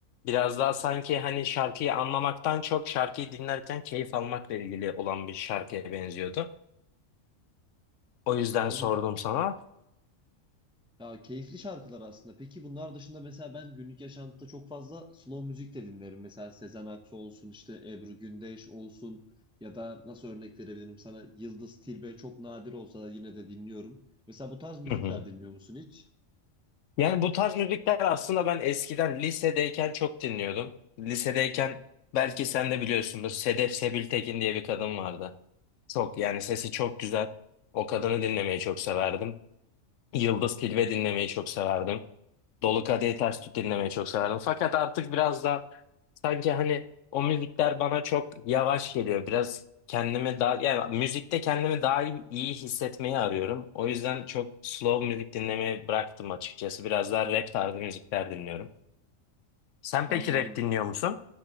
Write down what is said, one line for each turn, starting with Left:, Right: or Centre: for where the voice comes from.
Left: Biraz daha sanki hani şarkıyı anlamaktan çok şarkıyı dinlerken keyif almakla ilgili olan bir şarkıya benziyordu. O yüzden
Centre: Yani
Left: sordum
Centre: on
Left: sana.
Centre: Ya keyifli şarkılar aslında. Peki bunlar dışında mesela ben günlük yaşantıda çok fazla slow müzik de dinlerim. Mesela Sezen Aksu olsun, işte Ebru Gündeş olsun ya da nasıl örnek verebilirim sana Yıldız Tilbe çok nadir olsa da yine de dinliyorum. Mesela bu tarz müzikler
Left: <laughs>
Centre: dinliyor musun hiç?
Left: Yani bu tarz müzikler aslında ben eskiden lisedeyken çok dinliyordum. Lisedeyken belki sen de biliyorsundur Sedef Sebil Tekin diye bir kadın vardı. Çok yani sesi çok güzel. O kadını dinlemeyi çok severdim. Yıldız Tilbe dinlemeyi çok severdim. Dolu Kadehi Ters Tut dinlemeyi çok severdim. Fakat artık biraz da sanki hani o müzikler bana çok yavaş geliyor. Biraz kendimi daha yani müzikte kendimi daha iyi, iyi hissetmeyi arıyorum. O yüzden çok slow müzik dinlemeyi bıraktım açıkçası. Biraz daha rap tarzı müzikler dinliyorum. Sen
Centre: Anladım.
Left: peki rap dinliyor musun?